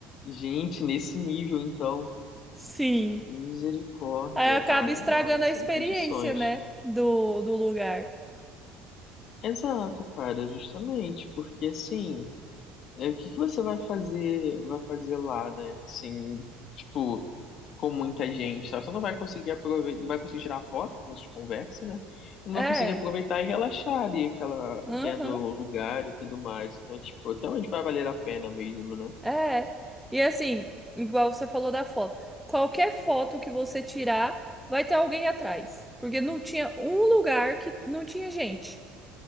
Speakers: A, on the left; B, in the centre.
A: Gente, nesse nível, então.
B: Sim.
A: Misericórdia.
B: Aí acaba
A: Ai,
B: estragando
A: não, aí
B: a
A: sem
B: experiência,
A: condições.
B: né? Do, do lugar.
A: Exato, cara, justamente, porque assim, é, o que que você vai fazer, vai fazer lá, né? Assim, tipo, com muita gente, sabe? Você não vai conseguir aproveitar, não vai conseguir tirar foto, como a gente conversa, né? Não
B: É.
A: vai conseguir aproveitar e relaxar ali, aquela,
B: Aham.
A: vendo o lugar e tudo mais. Então, tipo, até onde vai valer a pena mesmo, né?
B: É. E assim, igual você falou da foto. Qualquer foto que você tirar, vai ter alguém atrás. Porque não tinha um lugar que não tinha gente.